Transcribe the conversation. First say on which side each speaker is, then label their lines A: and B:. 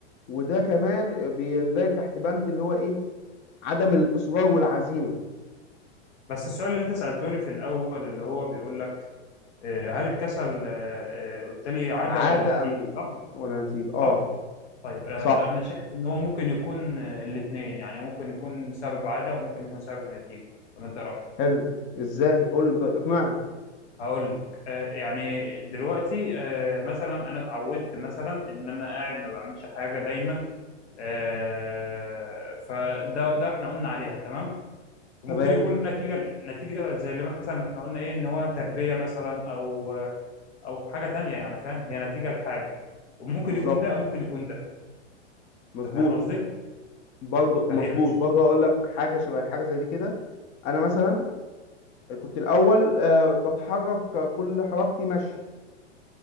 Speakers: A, on the left; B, on the left.
A: وده كمان بيندرج تحت بند اللي هو ايه عدم الاصرار والعزيمه
B: بس السؤال اللي انت سألته لي في الاول اللي هو بيقول لك آه، هل الكسل آه، آه، قلت لي عادة
A: عادة
B: ولا نتيجة
A: أم
B: صح
A: ولا نتيجة اه
B: صح طيب آه،
A: صح
B: انا شايف ان هو ممكن يكون آه، الاثنين يعني ممكن يكون سبب عادة وممكن يكون سبب نتيجة ولا انت إيه رأيك
A: حلو ازاي قول لي طيب اقنعني
B: هقول لك آه، يعني دلوقتي آه، مثلا انا اتعودت مثلا ان انا قاعد ما بعملش حاجة دايما آه، فده ده احنا قلنا عليها تمام وممكن
A: تمام
B: يكون نتيجة نتيجة زي اللي مثلا احنا قلنا ايه ان هو تربية مثلا او او حاجة تانية يعني فاهم هي نتيجة لحاجة وممكن
A: بالظبط
B: يكون ده وممكن يكون ده
A: مظبوط
B: انت فاهم قصدي؟
A: برضو
B: فهي
A: مظبوط
B: مش
A: برضو هقول لك حاجة شبه حاجة زي دي كده أنا مثلا كنت الأول آه، بتحرك آه، كل حركتي مشي